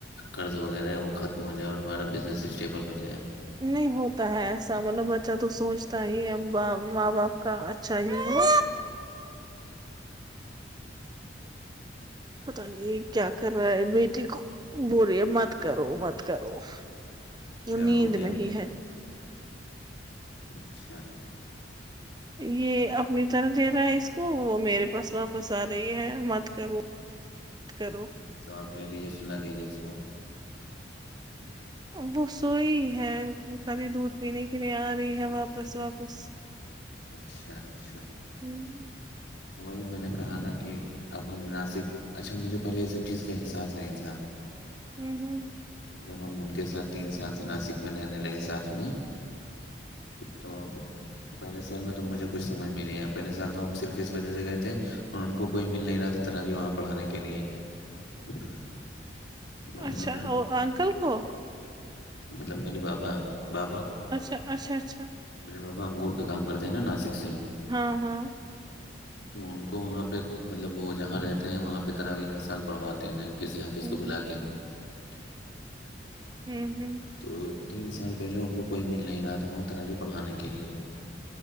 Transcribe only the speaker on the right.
نہیں ہوتا ہے ایسا مطلب بچہ تو سوچتا ہی ہے ماں باپ کا اچھا ہی ہو پتا نہیں کیا کر رہا ہے بیٹی کو ب رہی ہے مت کرو مت کرو <unintelligible>
نیند
میں ہی ہے
یہ اپنی طرح دے رہا ہے اس کو وہ میرے پاس واپس آ رہی ہے مت کروں کرو
وہ سوئی ہے وہ خالی دودھ پینے کے لیے آ رہی ہے واپس واپس
ہوں
ہوں ہوں
اچھا
اور انکل کو
اچھا اچھا اچھا
ہاں ہاں
ہوں
ہوں
ہوں ہوں